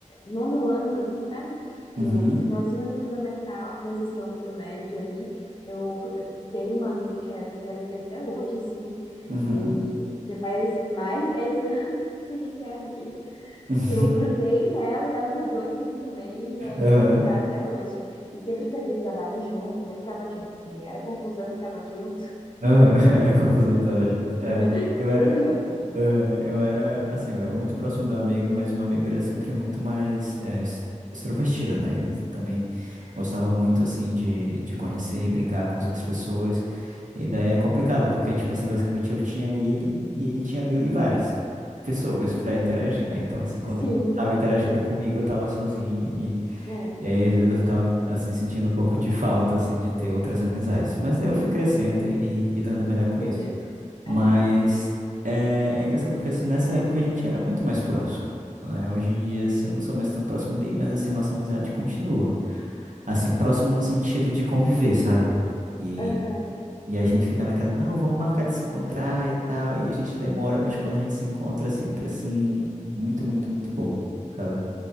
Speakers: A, on the left; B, on the right.
A: nono ano ali, sabe?
B: Uhum,
A: Do finalzinho do fundamental, transição para o médio ali. Eu eh, tenho uma amiga que é, a gente é amiga até hoje, assim,
B: uhum.
A: e já faz mais de 10 <laughs> anos que a gente é amiga,
B: <laughs>
A: que eu grudei nela e ela grudou em mim também, e aí
B: Aham.
A: a gente tá até hoje. E sempre fazia trabalho junto, sempre tava junto, assim, era confusão e tava junto,
B: Aham, <laughs> Era confusão então, tava junto. É,
A: <laughs>
B: eu
A: sempre
B: era,
A: junto.
B: aham, eu era, assim, eu era muito próximo do amigo, mas uma amigo era sempre muito mais é, ex- extrovertida, né? E também gostava muito, assim, de, de conhecer e brincar com as outras pessoas. E daí é complicado, porque, tipo assim, basicamente eu tinha ele e ele tinha eu e várias pessoas pra interagir, né? Então, assim, quando
A: Sim,
B: ele tava interagindo
A: uhum,
B: comigo, eu tava sozinho
A: é,
B: e aí, às vezes, eu ficava, assim, sentindo um pouco de falta, assim, de ter outras amizades. Mas daí eu fui crescendo e lidando melhor com
A: entendemos.
B: isso. Mas
A: É, sim.
B: é, é engraçado, porque, assim, nessa época a gente era muito mais próximo, né? Hoje em dia, assim, eu não sou mais tão próximo daí, mas, assim, a nossa amizade continua. Assim, próximo no sentido de conviver, sabe? E,
A: Aham.
B: e a gente fica naquela, não, vamos marcar de se encontrar e tal. E a gente demora, mas quando a gente se encontra, é sempre, assim, muito, muito, muito bom, sabe?